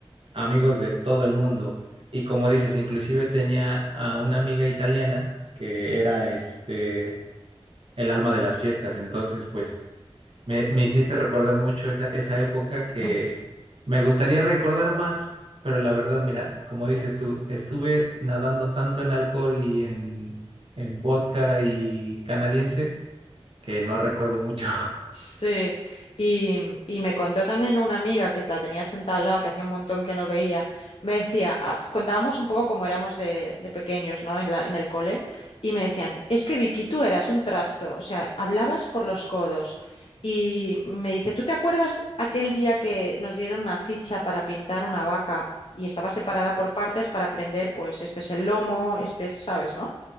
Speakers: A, on the right (about 60°); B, on the left (about 65°).
A: amigos de todo el mundo. Y como dices, inclusive tenía a una amiga italiana que era este el alma de las fiestas. Entonces, pues me, me hiciste recordar mucho esa, esa época que
B: <laughs>
A: me gustaría recordar más, pero la verdad, mira, como dices tú, estuve nadando tanto en alcohol y en, en vodka y canadiense que no recuerdo mucho.
B: Sí, y, mm, y me contó también una amiga que la tenía sentada al lado, que hacía un montón que no veía, me decía, ah, contábamos un poco cómo éramos de, de pequeños, ¿no? En la, en el cole, y me decían, es que Vicky, tú eras un trasto, o sea, hablabas por los codos. Y me dice, ¿tú te acuerdas aquel día que nos dieron una ficha para pintar una vaca y estaba separada por partes para aprender, pues este es el lomo, este es, ¿sabes, no?